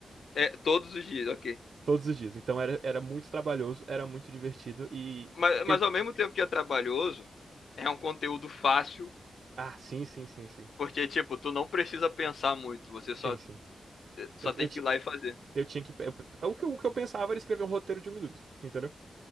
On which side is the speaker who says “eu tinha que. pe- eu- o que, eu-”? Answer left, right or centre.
Right